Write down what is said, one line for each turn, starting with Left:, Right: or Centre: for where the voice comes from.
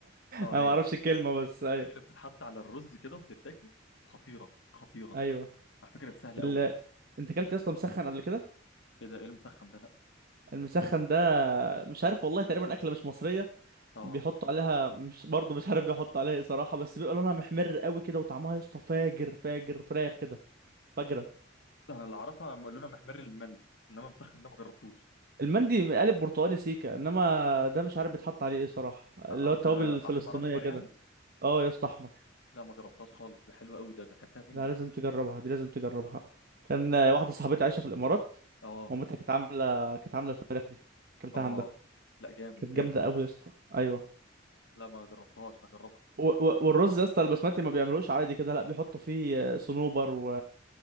Left: اه
Right: انا
Left: هي
Right: ما اعرفش
Left: دي
Right: الكلمه بس ايوه
Left: دي اللي بتتحط على الرز كده وتتاكل خطيره خطيره
Right: ايوه
Left: على فكره دي سهله
Right: ال...
Left: قوي
Right: انت اكلت يا اسطى مسخن قبل كده
Left: ايه ده ايه المسخن ده لا
Right: المسخن ده مش عارف والله تقريبا اكله مش مصريه
Left: اه
Right: بيحطوا عليها مش برضه مش عارف بيحطوا عليها ايه صراحه بس بيبقى لونها محمر قوي كده وطعمها يا اسطى فاجر فاجر فراخ كده فجرة
Left: انا اللي اعرفها لونها محمر المندي انما مسخن ده ما جربتوش
Right: المندي قالب برتقاني سيكا انما ده مش عارف بيتحط عليه ايه صراحه اللي
Left: آه، آه،
Right: هو التوابل
Left: ده
Right: الفلسطينيه
Left: احمر احمر
Right: كده
Left: يعني
Right: اه يا اسطى احمر
Left: لا ما جربتهاش خالص ده حلو قوي ده ده اكلتها فين
Right: ده
Left: دي
Right: لازم تجربها دي لازم تجربها كان آه، واحده صاحبتي عايشه في الامارات
Left: اه
Right: مامتها كانت عامله كانت عامله الفراخ دي اكلتها
Left: اه
Right: عندها
Left: لا جامد
Right: كانت
Left: جامد
Right: جامده قوي يا اسطى ايوه
Left: لا ما جربتهاش هجربها
Right: و... و... والرز يا اسطى البسمتي ما بيعملوش عادي كده لا بيحطوا فيه آه، صنوبر و...